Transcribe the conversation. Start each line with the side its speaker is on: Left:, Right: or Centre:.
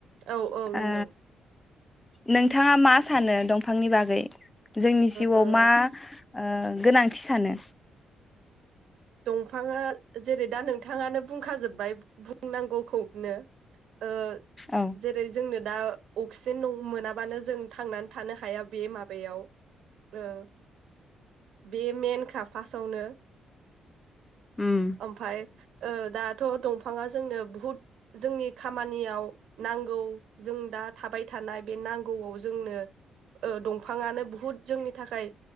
Right: औ औ नंगौ।
Left: ओ नोंथाङा मा सानो दंफांनि बागै जोंनि जिउआव
Right: ओ
Left: मा? ओ गोनांथि सानो।
Right: दंफाङा जेरै दा नोंथाङानो बुंखाजोब्बाय बुंनांगौखौनो। ओ
Left: औ
Right: जेरै जोंनो दा अक्सिजेन मोनाबानो जों थांनानै थानो हाया बे माबायाव ओ बे मेन खा फासावनो।
Left: उम
Right: ओमफाय ओ दाथ दंफाङा जोंनो बुहुद जोंनि खामानियाव नांगौ जों दा थाबाय थानाय बे नांगौआव जोंनो ओ दंफाङानो बुहुद जोंनि थाखाय